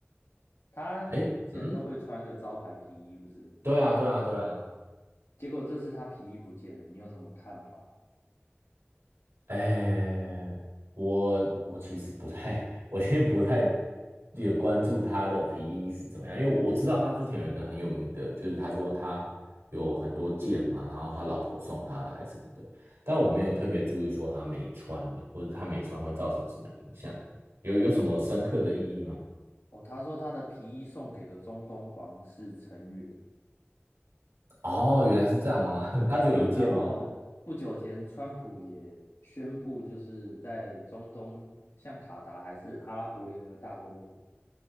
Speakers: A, on the left; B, on the right.
A: 他之前都会穿个招牌皮衣，
B: 哎，嗯，
A: 不是吗
B: 对啊，对啊，对啊。
A: 结果这次他皮衣不见了，你有什么看法？
B: 哎，我我其实不太，<laughs> 我其实不太有关注他的皮衣是怎么样，因为我我知道他之前有一个很有名的，就是他说他有很多件嘛，然后他老婆送他的还是什么的，但我没有特别注意说他没穿呢，
A: 嗯，
B: 或者他没穿会造成什么影响，有有什么深刻的意义吗？
A: 哦哦，他说他的皮衣送给了中东皇室成员。
B: 哦，原来是这样吗？<laughs> 他只有一件吗？
A: 嗯，然后不久前，川普也宣布，就是在中东，像卡达还是阿拉伯联合大公国